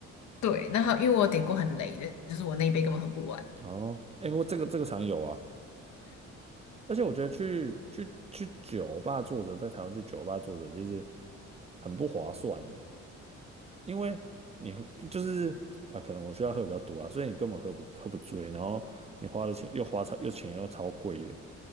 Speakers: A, on the left (about 65°); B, on the right (about 20°).
A: 对，那他因为我有点过很雷的，就是我那一杯根本喝不完。
B: 哦，哎，我这个这个常有啊，而且我觉得去去去酒吧坐着，在台湾去酒吧坐着，其实很不划算呢。因为你喝就是啊、呃可能我需要喝比较多啊，所以你根本喝不喝不醉，然后你花的钱又花超又钱又超贵的，